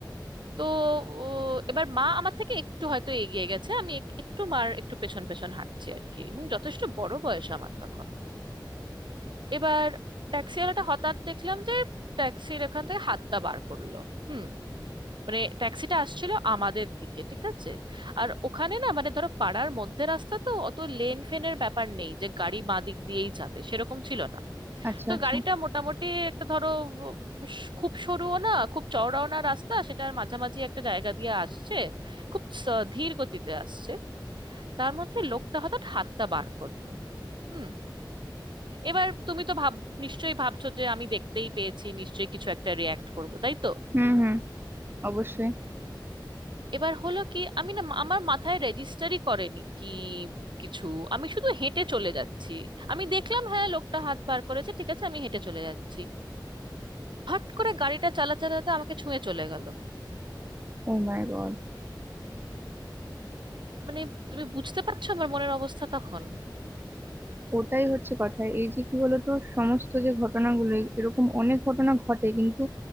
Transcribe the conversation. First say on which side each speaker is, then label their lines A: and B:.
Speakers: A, on the right; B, on the right.
A: তো ও, এবার মা আমার থেকে একটু হয়তো এগিয়ে গেছে আমি এক- একটু মার একটু পেছন পেছন হাঁটছি আর কি এবং যথেষ্ট বড় বয়স আমার তখন এবার ট্যাক্সিওয়ালাটা হঠাৎ দেখলাম যে ট্যাক্সির এখান থেকে হাতটা বার করলো হুম মানে ট্যাক্সিটা আসছিল আমাদের দিকে ঠিক আছে আর ওখানে না মানে ধরো পাড়ার মধ্যে রাস্তা তো অত লেন ফেনের ব্যাপার নেই যে গাড়ি বাঁ দিক দিয়েই যাবে সেরকম ছিল না
B: আচ্ছা
A: তো
B: আচ্ছা
A: গাড়িটা মোটামুটি একটা ধরো উম, স- খুব সরুও না খুব চওড়াও না রাস্তা সেটার মাঝামাঝি একটা জায়গা দিয়ে আসছে খুব স- ধীর গতিতে আসছে তার মধ্যে লোকটা হঠাৎ হাতটা বার করলো হুম এবার তুমি তো ভাব নিশ্চয়ই ভাবছো যে আমি দেখতেই পেয়েছি নিশ্চয়ই কিছু একটা রিয়াক্ট করব তাই তো
B: হুম হুম অবশ্যই
A: এবার হলো কি আমি না আমার মাথায় রেজিস্টারই করেনি কি কিছু আমি শুধু হেঁটে চলে যাচ্ছি আমি দেখলাম হ্যাঁ লোকটা হাত বার করেছে ঠিক আছে আমি হেঁটে চলে যাচ্ছি ফট করে গাড়িটা চালা চালাতে আমাকে ছুঁয়ে চলে গেল
B: Oh my god
A: মানে তুমি বুঝতে পারছো আমার মনের অবস্থা তখন
B: ওটাই হচ্ছে কথা এই যে কি বলতো সমস্ত যে ঘটনাগুলো এরকম অনেক ঘটনা ঘটে কিন্তু